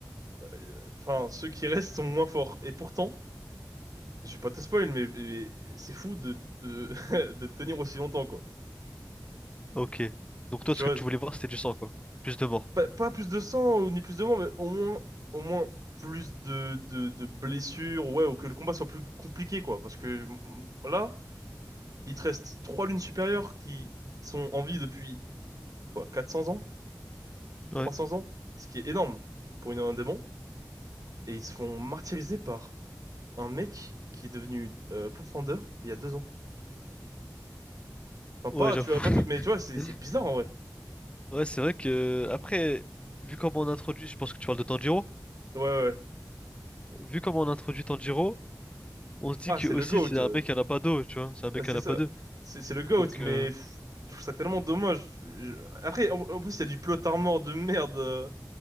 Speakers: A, on the right; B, on the left.
A: euh, Enfin, ceux qui restent sont moins forts. Et pourtant, je vais pas te spoil, mais, mais c'est fou de, de, <laughs> de tenir aussi longtemps, quoi.
B: Ok. Donc toi,
A: Tu
B: ce
A: vois,
B: que tu voulais voir, c'était du sang quoi. Plus de morts.
A: pas, pas plus de sang ou ni plus de mort, mais au moins, au moins plus de, de, de blessures, ouais, ou que le combat soit plus compliqué, quoi. Parce que mm, là. Il te reste trois lunes supérieures qui sont en vie depuis quoi, 400 ans, trois
B: Ouais.
A: cents ans, ce qui est énorme pour une, un démon. Et ils se font martyriser par un mec qui est devenu euh, Pathfinder il y a deux ans. Enfin,
B: Ouais,
A: pas,
B: j'avoue.
A: tu vois, pas tout, mais tu vois, c'est
B: <laughs>
A: c'est bizarre en vrai.
B: Ouais, c'est vrai que après, vu comment on introduit, je pense que tu parles de Tanjiro.
A: Ouais, ouais. ouais.
B: Vu comment on introduit Tanjiro, on se dit
A: Ah,
B: que
A: c'est
B: aussi
A: le GOAT.
B: c'est un
A: euh,
B: mec qui en a pas deux, tu vois. C'est un mec
A: c'est
B: qui en
A: ça.
B: a pas deux.
A: C'est c'est le GOAT,
B: Donc
A: mais
B: euh,
A: pff, je trouve ça tellement dommage. Je- Après, en, en plus, il y a du plot armor de merde. euh,